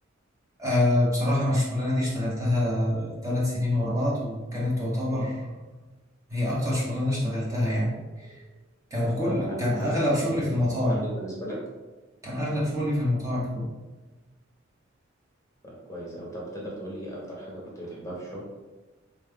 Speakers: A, on the right; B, on the left.
A: أه بصراحة انا الشغلانة دي اشتغلتها ثلاث سنين ورا بعض وكانت تعتبر هي اكتر شغلانة اشتغلتها يعني كان
B: طب
A: كل
B: هل
A: كان
B: هل
A: اغلب
B: ده اصلا
A: شغلي
B: التارجت
A: في المطاعم
B: بالنسبه لك
A: كان اغلب شغلي في المطاعم كله
B: طب كويس او طب تقدر تقول لي إيه اكتر حاجه كنت بتحبها في الشغل